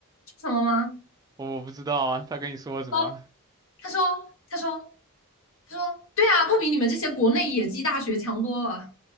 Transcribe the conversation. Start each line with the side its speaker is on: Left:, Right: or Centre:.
Left: 什么吗？
Right: 我我不知道啊，他跟你说什么？
Left: 说他说他说他说，对啊，不比你们这些国内野鸡大学强多了。